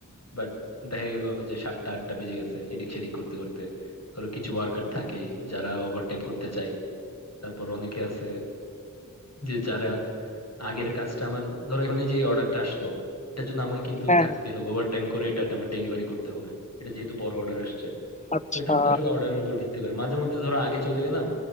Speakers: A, on the left (about 50°); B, on the left (about 20°).
A: বাট দেখা গেল যে সাতটা আটটা বেজে গেছে এদিক সেদিক করতে করতে ধরো কিছু ওয়ার্কার থাকে যারা ওভারটাইম করতে চায় তারপর অনেকে আছে যে যারা আগের কাজটা আমার ধরো এখন এই যে অর্ডারটা আসলো এটার জন্য আমাকে কিন্তু
B: হ্যাঁ
A: থাকতে
B: হ্যাঁ,
A: হবে ওভার টাইম করে এটা আমার ডেলিভারি করতে হবে এটা যেহেতু বড় অর্ডার আসছে
B: আচ্ছা
A: তো এটা হচ্ছে আসলে অর্ডারের উপর ভিত্তি করে মাঝে মধ্যে ধরো আগে চলে গেলাম